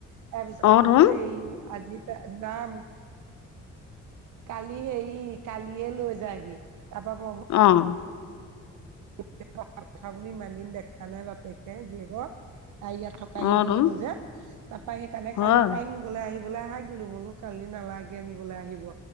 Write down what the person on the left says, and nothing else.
অ তোন
অ',
অ',
তোন
হয়